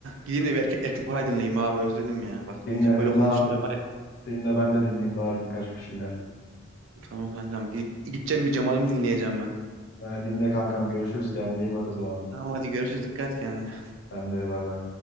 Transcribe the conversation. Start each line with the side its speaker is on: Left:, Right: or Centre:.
Right: gideyim de bir Erkin, Erkin Koray dinleyeyim abi özledim ya. Bak
Left: Dinle
Right: böyle
Left: dinle
Right: konuşunca
Left: abi.
Right: var ya.
Left: Dinle ben de dinleyeyim bari birkaç bir şeyler.
Right: Tamam kankam. Gide- Gideceğim bir Cemal'im dinleyeceğim ben.
Left: Ha, dinle kankam görüşürüz kendine iyi bak o zaman.
Right: Tamam hadi görüşürüz. Dikkat et kendine.
Left: Ben de bay bay.